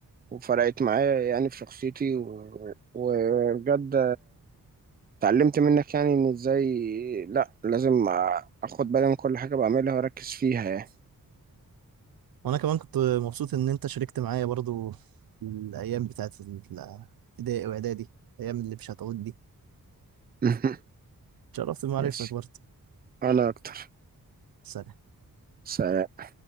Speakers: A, on the right; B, on the right.
A: وفرقت معايا يعني في شخصيتي و... وبجد اتعلمت منك يعني ان ازاي لا لازم اخد بالي من كل حاجة بعملها واركز فيها يعني
B: وانا كمان كنت مبسوط ان انت شاركت معايا برضو الايام بتاعت الابتدائي واعدادي الايام اللي مش هتعود دي
A: <laughs>
B: اتشرفت بمعرفتك
A: ماشي
B: برضو
A: انا اكتر
B: سلام
A: سلام